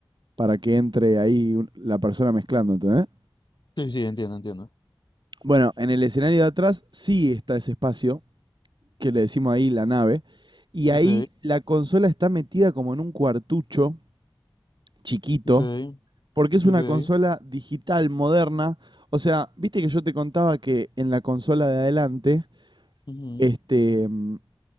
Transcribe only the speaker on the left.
Sí, sí, entiendo, entiendo.
Ok,
ok,
ok.
ujú.